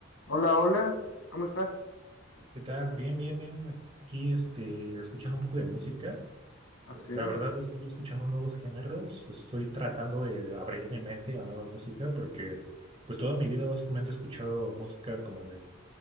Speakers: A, on the left (about 80°); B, on the right (about 30°).
A: Hola, hola, ¿cómo estás?
B: ¿Qué tal? Bien, bien, bien. Aquí, este, escuchando un poco de música.
A: Así.
B: Eh, La verdad es que estoy escuchando nuevos géneros. Estoy tratando de abrir mi mente a nueva música porque, pues, toda mi vida básicamente he escuchado música como de